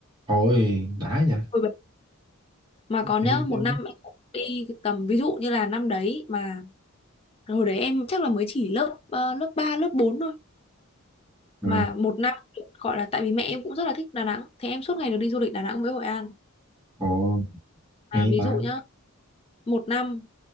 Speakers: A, on the right (about 20°); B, on the left (about 25°).
A: thôi đã nha
B: Ôi, Mà còn
A: hay
B: nhá,
A: chứ.
B: một năm em cũng đi tầm ví dụ như là năm đấy mà Hồi đấy em chắc là mới chỉ lớp ờ, lớp 3 lớp 4 thôi
A: À,
B: mà một năm gọi là tại vì mẹ em cũng rất là thích Đà Nẵng thế em suốt ngày được đi du lịch Đà Nẵng với Hội An
A: ồ
B: à,
A: hay
B: ví
A: ta
B: dụ nhá một năm